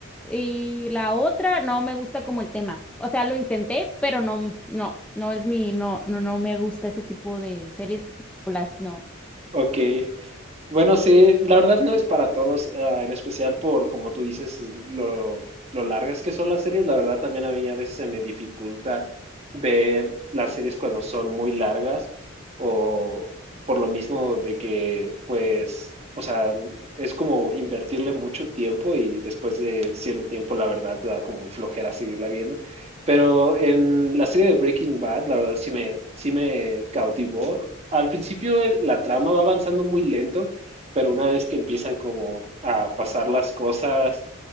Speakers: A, in the centre; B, on the right.
A: Y la otra no me gusta como el tema. O sea, lo intenté, pero no, no, no es mi, no, no, no me gusta ese tipo de series, películas, no.
B: <laughs> ok. Bueno, sí, la verdad no es para todos, ah, en especial por, como tú dices, lo, lo largas que son las series. La verdad también a mí a veces se me dificulta ver las series cuando son muy largas o por lo mismo de que, pues, o sea, es como invertirle mucho tiempo y después de cierto tiempo la verdad te da como flojera seguirla viendo. Pero en la serie de Breaking Bad, la verdad sí me, sí me cautivó. Al principio el- la trama va avanzando muy lento pero una vez que empiezan como a pasar las cosas